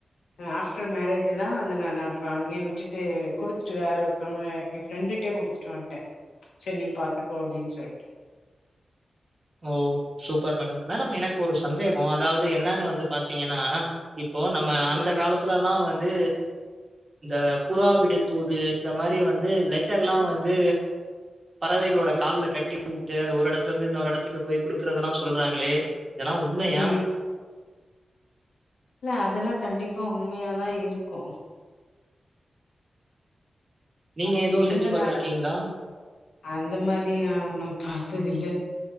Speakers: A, on the left; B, on the right.
A: ஆஃப்டர் மேரேஜி தா அத நா நா அப்ற அங்யே விட்டுட்டு குடுத்துட்டு வேற ஒருத்தவ்ங்க எ ப்ரெண்டுட்டே குடுத்துட்டு வன்ட்டேன் செர் நீ பாத்துக்கோ அப்டின் சொல்ட்டு
B: ஓ சூப்பர் மேடம் மேடம் எனக்கு ஒரு சந்தேகோ அதாவது என்னானு வந்து பாத்திங்கன்னா இப் ப்போ நம்ம அந்த
A: ஆ
B: காலத்துலல்லா வந்து இந்த புறாவிடு தூது இந்த மாறி வந்து லெட்டர்ல்லா வந்து பறவைகளோட கால்ல கட்டி உட்டு அது ஒரு எடத்துலருந்து இன்னொரு எடத் க்கு போய் குடுக்கறதல்லா சொல்றாங்களே இதலா உண்மயா
A: ம் இல்ல அதல்லா கண்டிப்பா உண்மயாதா இருக்கு
B: நீங்க
A: அப்டி
B: எதுவும்
A: இருந்தனால
B: செஞ்சு பார்த்துருக்கீங்களா?
A: அந்த மாறி நா உன்னும் பாத்ததில்ல